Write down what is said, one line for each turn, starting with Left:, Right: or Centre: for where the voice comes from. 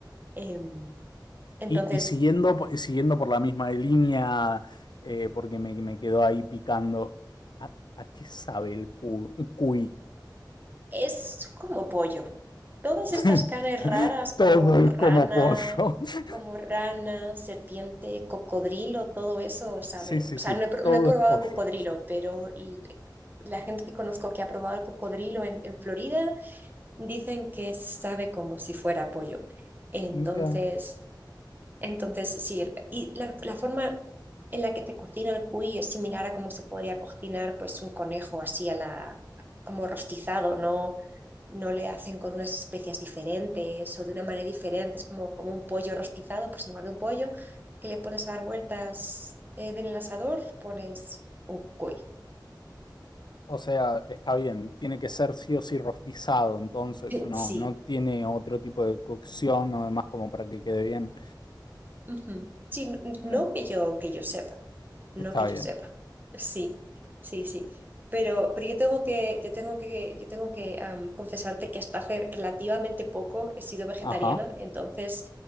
Right: Em, entonces,
Left: y, y siguiendo, po- y siguiendo por la misma línea, eh, porque me, me quedó ahí picando. ¿A, a qué sabe el cu- cuy?
Right: es como pollo. Todas
Left: <laughs>
Right: estas carnes raras
Left: Todo
Right: como rana,
Left: es como pollo. <laughs>
Right: como rana, serpiente, cocodrilo, todo eso, ¿sabe?
Left: Sí, sí,
Right: O sea,
Left: sí,
Right: no he, pr-
Left: todo
Right: no he probado
Left: es pollo.
Right: el cocodrilo, pero l- la gente que conozco que ha probado el cocodrilo en en Florida Dicen que sabe como si fuera pollo. Entonces,
Left: Mira.
Right: entonces sí, el- y la, la forma en la que se cocina el cuy es similar a cómo se podría cocinar pues un conejo así a la, como rostizado, ¿no? No le hacen con unas especias diferentes o de una manera diferente. Es como, como un pollo rostizado, pues en lugar de un pollo que le pones a dar vueltas eh, en el asador, pones un cuy.
Left: O sea, está bien, tiene que ser sí o sí rostizado, entonces no,
Right: Sí.
Left: no tiene otro tipo de cocción o demás como para que quede bien.
Right: ujú. Sí, no,
Left: Mira,
Right: no que yo, que yo sepa. No
Left: está
Right: que yo
Left: bien.
Right: sepa. Sí, sí, sí. Pero, pero yo tengo que, yo tengo que, yo tengo que am, confesarte que hasta hace relativamente poco he sido vegetariana,
Left: Ajá.
Right: entonces